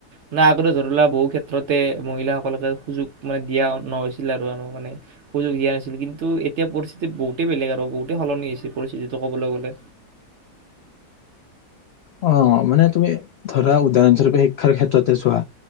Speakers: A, on the right; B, on the left.
A: মানে আগতে ধৰি লোৱা বহু ক্ষেত্ৰতে মহিলাসকলকে সুযোগ মানে দিয়া নহৈছিল আৰু মানে সুযোগ দিয়া নাছিল কিন্তু এতিয়া পৰিস্থিতি বহুতেই বেলেগ আৰু বহুতেই সলনি হৈছে পৰিস্থিতি ক'বলৈ গ'লে
B: অ মানে তুমি ধৰা উদাহৰণস্বৰূপে শিক্ষাৰ ক্ষেত্ৰতে চোৱা